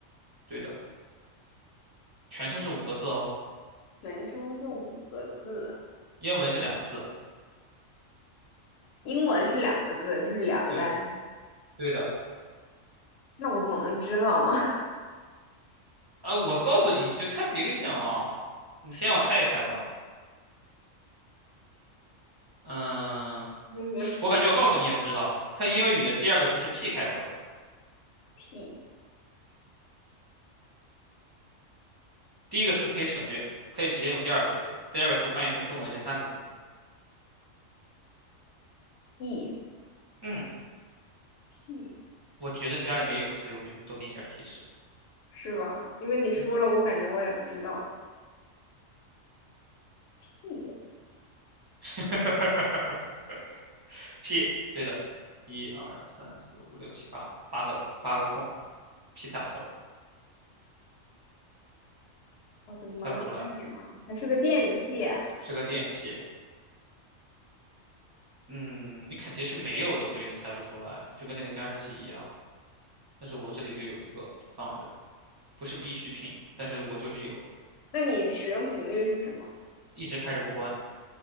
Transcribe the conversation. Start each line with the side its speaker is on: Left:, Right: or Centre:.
Right: 对的，全称是五个字哦，
Left: 全称是五个字，
Right: 英文是两个字啊，
Left: 英文是两个字，就是两个单，
Right: 对对的。
Left: 那我怎么能知道嘛？<laughs>
Right: 呃，我告诉你就太明显了，你先让我猜一猜吧。
Left: 是吧？
Right: 嗯，
Left: 那有什么提
Right: 我感觉我告诉你也不知道，它英语的第二个词是 P 开头的，
Left: P
Right: 第一个词可以省略，可以直接用第二个词，第二个词翻译成中文是三个字。
Left: E
Right: 嗯，
Left: P？
Right: 我觉得你家里没有，所以我就多给你点儿提示。
Left: 是吧？因为你说了，
Right: 嗯
Left: 我感觉我也不知道。咦，
Right: <laughs>，P，对的，一二三四五六七八，八个八个空，P 打头，
Left: 我的妈呀，
Right: 猜不出来，
Left: 还是个电器啊
Right: 是个电器。嗯，你肯定是没有的，所以你猜不出来，就跟那个加湿器一样。但是我这里就有一个放着，不是必需品，但是我就是有，
Left: 那你使用频率是什么？
Right: 一直开着不关。